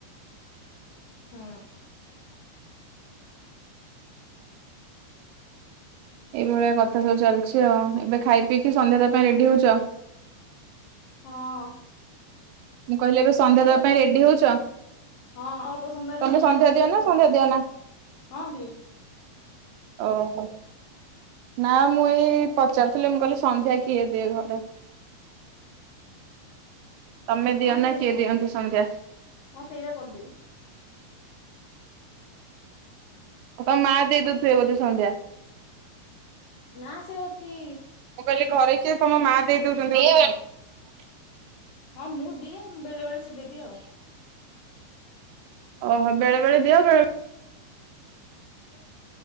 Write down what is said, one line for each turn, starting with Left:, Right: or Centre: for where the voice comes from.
Left: ହଁ।
Right: ଏଇଭଳିଆ କଥା ସବୁ ଚାଲିଛି ଆଉ ଏବେ ଖାଇ ପିଇକି ସନ୍ଧ୍ୟା ଦବା ତା ପାଇଁ ରେଡି ହଉଛ।
Left: ହଁ।
Right: ମୁଁ କହିଲି ଏବେ ସନ୍ଧ୍ୟା
Left: ଦେବି
Right: ଦେବା
Left: ଆଉ
Right: ପାଇଁ ରେଡି ହଉଛ।
Left: ହଁ ଅଳ୍ପ ସମୟରେ
Right: ତମେ
Left: ସନ୍ଧ୍ୟା ହେଲେ
Right: ଦିଅ
Left: ଦେବି
Right: ନା
Left: ଆଉ
Right: ସନ୍ଧ୍ୟା ଦିଅ
Left: ହଁ ଦିଏ।
Right: ଓ ହୋ। ନା ମୁଁ ଏଇ ପଚାରୁିଥିଲି ମୁଁ କହିଲି ସନ୍ଧ୍ୟା କିଏ ଦିଏ ଘରେ।
Left: <inaudible>
Right: ତମେ ଦିଅ
Left: ହଁ
Right: ନା
Left: ସେଇଟା
Right: କିଏ ଦିଅନ୍ତି ସନ୍ଧ୍ୟା?
Left: <inaudible> ହଁ ସେଇଟା କରିଦଉ।
Right: ତମ ମା ଦେଇଦେଉଥିବେ ବୋଧେ ସନ୍ଧ୍ୟା।
Left: ନା ସେ ହଉଚି।
Right: ମୁଁ କହିଲି ଘରେ କିଏ ତମ ମା ଦେଇ ଦେଉଛନ୍ତି? <unintelligible>
Left: ହଁ ମୁଁ ଦିଏ ବେଳେ ବେଳେ ସେ ଦେଇଦିଏ ଆଉ।
Right: ଓହୋ ବେଳେ ବେଳେ ଦିଅ ବେଳେ